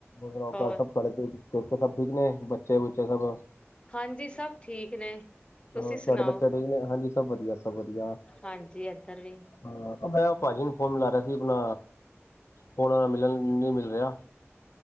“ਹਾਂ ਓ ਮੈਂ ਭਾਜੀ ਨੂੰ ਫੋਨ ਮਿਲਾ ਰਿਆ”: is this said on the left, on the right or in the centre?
Left